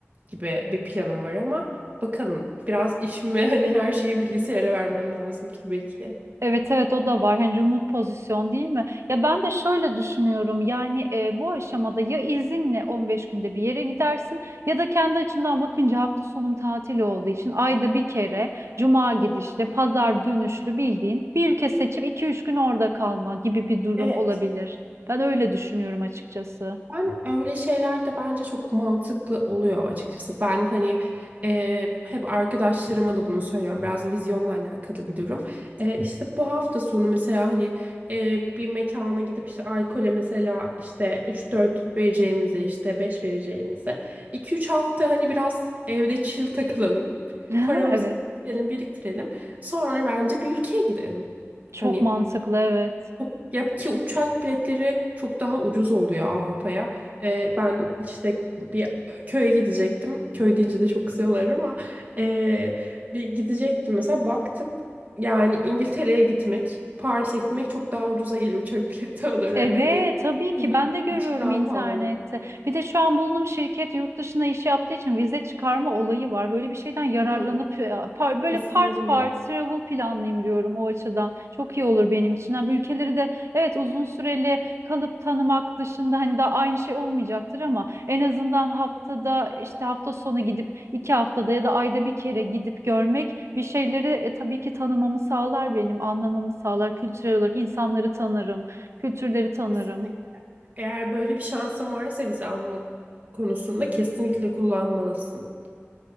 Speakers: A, on the right; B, on the right.
A: gibi bir planım var ama bakalım biraz işime <laughs> hani her şeyi bilgisayara vermem lazım tabii ki.
B: Evet evet o da var. Hani remote pozisyon değil mi? Ya ben de şöyle düşünüyorum. Yani e, bu aşamada ya izinle 15 günde bir yere gidersin ya da kendi açımdan bakınca hafta sonum tatil olduğu için ayda bir kere cuma gidişli,
A: Hı hı.
B: pazar dönüşlü bildiğin bir ülke seçip iki üç gün orada kalma gibi bir durum
A: Evet.
B: olabilir. Ben öyle düşünüyorum açıkçası.
A: Ben öyle şeyler de bence çok mantıklı oluyor açıkçası. Ben hani e, hep arkadaşlarıma da bunu söylüyorum. Biraz vizyonla alakalı bir durum. E, işte bu hafta sonu mesela hani e, bir mekana gidip işte alkole mesela işte üç dört vereceğimize işte 5 vereceğimize iki üç hafta hani biraz evde chill takılalım.
B: <laughs>
A: Paramızı
B: Evet.
A: biriktirelim biriktirelim. Sonra bence bir ülkeye gidelim.
B: Çok
A: Hani
B: mantıklı evet.
A: çok- Ya ki uçak biletleri çok daha ucuz oluyor Avrupa'ya. Ee, ben işte bir e, köye gidecektim. Köy deyince de çok kızıyorlar ama ee, bir gidecektim mesela baktım. Yani İngiltere'ye gitmek, Paris'e gitmek çok daha ucuza geliyor uçak bileti <laughs> olarak
B: Evet,
A: hadi.
B: tabii
A: Şehir
B: ki ben de görüyorum
A: içi daha
B: internette.
A: pahalı.
B: Bir de şu an bulunduğum şirket yurt dışına iş yaptığı için vize çıkarma olayı var. Böyle bir şeyden yararlanıp
A: Hı hı,
B: e, par- böyle
A: Kesinlikle.
B: part part travel planlayayım diyorum o açıdan. Çok iyi olur benim için. Hem ülkeleri de evet uzun süreli kalıp tanımak dışında hani daha aynı şey olmayacaktır ama en azından haftada işte hafta sonu gidip iki haftada ya da ayda bir kere gidip görmek bir şeyleri e, tabii ki tanımamı sağlar benim, anlamamı sağlar. Kültürel olarak insanları tanırım kültürleri tanırım.
A: Kesinlikle. Eğer böyle bir şansın varsa vize alma konusunda kesinlikle kullanmalısın.